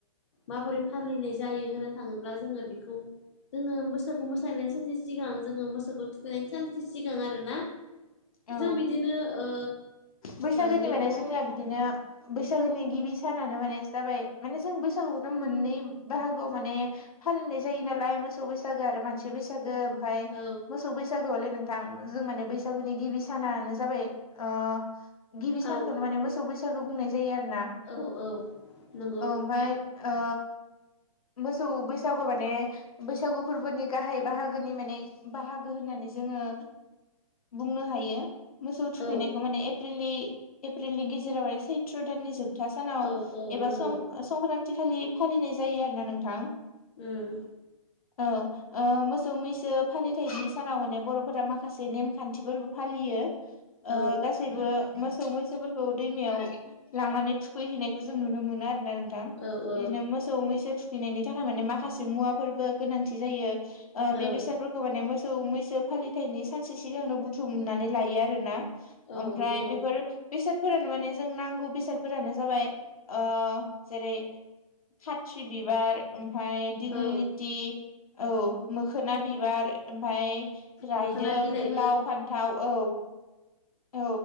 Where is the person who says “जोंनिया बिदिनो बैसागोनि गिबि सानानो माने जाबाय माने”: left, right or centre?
Left